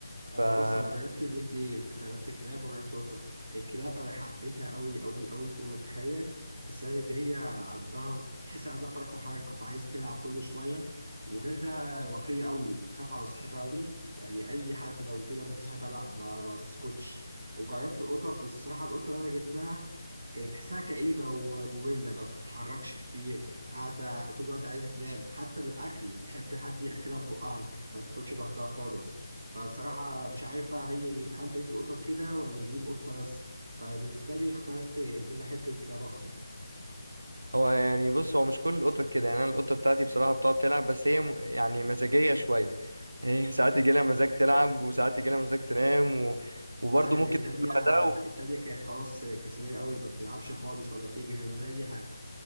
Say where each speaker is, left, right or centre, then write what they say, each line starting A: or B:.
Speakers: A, on the right (about 40°); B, on the right (about 60°).
A: انا
B: فهو
A: بص انا جربت الاتنين جربت كلاب وجربت قطط الكلاب انا حبيتها قوي قوي قوي فوق ما تتخيل بسبب ان هي عندها تحس عندها فرط حركه فعايزه تلعب كل شويه وغير ده وفيه قوي بتخاف على صاحبها قوي يعني اي حد لو كده بتصاحبها لا ما, ما بتسكتش وجربت القطط بس الصراحه القطه اللي انا جبتها كانت تحسها كئيبة ومملة ما بتتحركش كتير قاعدة طول الوقت عايزة تنام حتى الأكل بتحب حد يأكلها ببقها ما تاكلش لوحدها خالص فالصراحة مش عارف بقى هي هل بقية القطط كده ولا دي القطة بس فبالنسبة لي اخترت إن أنا أحب الكلاب أكتر
B: يعني بص هو مش كل القطط كده يعني انا القطه بتاعتي بصراحه بتقعد تلعب بس هي م- يعني مزاجيه شويه هي <laughs> ساعات يجي لها مزاج تلعب وساعات يجي لها مزاج تنام و... وبرضه
A: لا
B: ممكن
A: التانية
B: تاكل بعدها
A: التانية كانت خلاص كسلية قوي ما بتلعبش خالص ولا تجري ولا أي حاجة